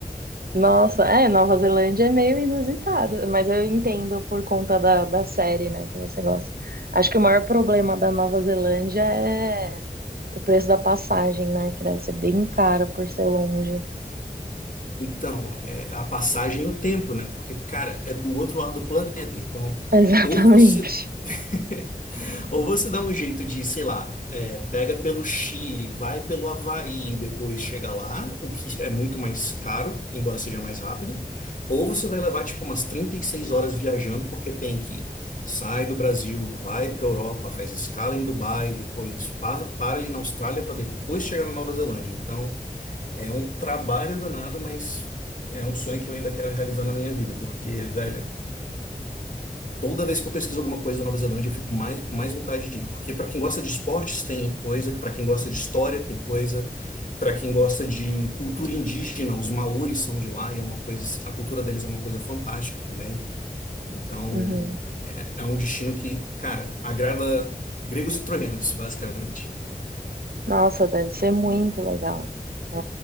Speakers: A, on the right; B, on the left.
A: Nossa, é, Nova Zelândia é meio inusitado, mas eu entendo por conta da, da série, né, que você gosta. Acho que o maior problema da Nova Zelândia é o preço da passagem, né, que deve ser bem caro por ser longe.
B: Então, é a passagem e o tempo, né? Porque, cara, é do outro lado do planeta. Então,
A: <laughs> Exatamente.
B: ou você. <laughs> Ou você dá um jeito de, sei lá, é, pega pelo Chile, vai pelo Havaí e depois chega lá, o que é muito mais caro, embora seja mais rápido. Ou você vai levar, tipo, umas 36 horas viajando, porque tem que sai do Brasil, vai para a Europa, faz escala em Dubai, depois pa- para ali na Austrália para depois chegar na Nova Zelândia. Então. É um trabalho danado, mas é um sonho que eu ainda quero realizar na minha vida, porque, velho, toda vez que eu pesquiso alguma coisa da Nova Zelândia, eu fico mais, com mais vontade de ir, porque para quem gosta de esportes tem coisa, para quem gosta de história tem coisa, para quem gosta de cultura indígena, os maoris são de lá e é uma coisa, assim, a cultura deles é uma coisa fantástica também. Então,
A: Uhum.
B: é, é um destino que, cara, agrada gregos e troianos, basicamente.
A: Nossa, deve ser muito legal. É,